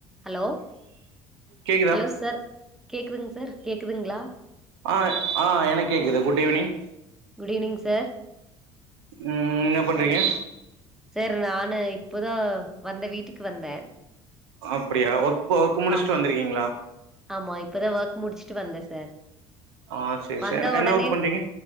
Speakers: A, in the centre; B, on the right (about 85°).
A: Hello
B: கேக்குதா
A: hello sir கேக்குதுங் sir கேக்குதுங்ளா
B: ஆ ஆ எனக் கேட்குது குட் ஈவ்னிங்
A: குட்ஈவ்னிங் சார்
B: ம் என்ன பண்றீங்க
A: சேர் நானு இப்போதா வந்த வீட்டுக்கு வந்தே
B: அப்டியா ஒர்க் ஒர்க் முடிச்சுட்டு
A: ஆமா
B: வந்திருக்கீங்ளா
A: ஆமா இப்பதா ஒர்க் முடிச்சுட்டு வந்தே சார்
B: ஆ சேரி
A: வந்த
B: சேரி
A: உடனே
B: என்ன ஒர்க் பண்றீங்க